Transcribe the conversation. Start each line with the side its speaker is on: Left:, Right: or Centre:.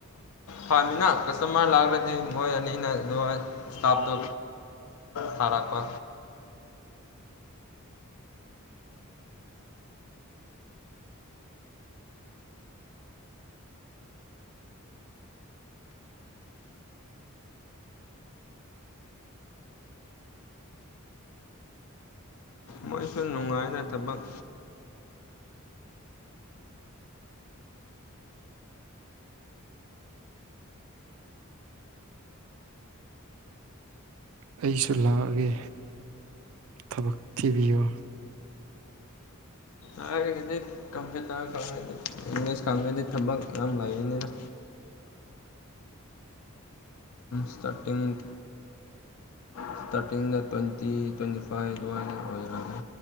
Left: ꯐꯃꯤꯅ ꯀꯁꯇꯃꯔ ꯂꯥꯛꯈ꯭ꯔꯗꯤ ꯃꯣꯏ ꯑꯅꯤ ꯑꯅ ꯏꯁꯇꯥꯞꯇꯨ ꯊꯥꯔꯛꯄ ꯃꯣꯏꯁꯨ ꯅꯨꯡꯉꯥꯏꯅ ꯊꯕꯛ
Right: ꯑꯩꯁꯨ ꯂꯥꯛꯑꯒꯦ ꯊꯕꯛ ꯊꯤꯕꯤꯌꯣ
Left: ꯍꯥꯏꯔꯒꯗꯤ ꯀꯝꯄ꯭ꯌꯨꯇꯔ ꯈꯪꯉꯗꯤ ꯏꯪꯂꯤꯁ ꯈꯪꯉꯗꯤ ꯊꯕꯛ ꯌꯥꯝ ꯂꯩꯕꯅꯤꯅ ꯁꯇꯥꯔꯇꯤꯡ ꯏꯁꯇꯥꯔꯇꯤꯡꯗ ꯇ꯭ꯋꯦꯟꯇꯤ ꯇ꯭ꯋꯦꯟꯇꯤ ꯐꯥꯏꯚ ꯑꯗꯨꯋꯥꯏꯗ ꯑꯣꯏꯔꯒꯦ